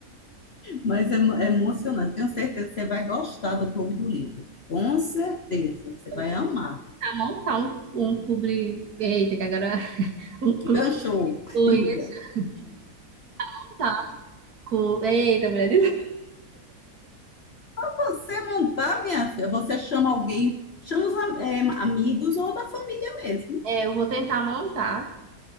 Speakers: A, on the left; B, on the right.
A: Mas é, mo- é emocionante. Tenho certeza que você vai gostar do Clube do Livro. Com certeza. Você
B: vou
A: vai amar.
B: tentar montar um, um clube. Eita, que agora. <laughs> Um clube.
A: Ganchou,
B: Deixa
A: diga.
B: eu montar um clube. Eita, mulher de novo.
A: Você montar, minha filha, você chama alguém, chama os am- eh, amigos ou da família mesmo.
B: É, eu vou tentar montar.